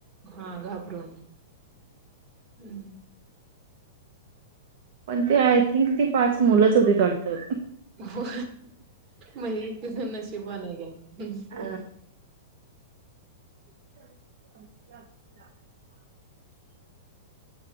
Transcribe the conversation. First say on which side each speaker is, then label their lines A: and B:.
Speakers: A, on the right (about 35°); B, on the right (about 65°).
A: हा घाबरून हम्म...
B: पण ते आय थिंक ती पाच मुलंच होती डत..
A: हो मग तझ नशिब नाही का?
B: अ <unintelligible> <inaudible>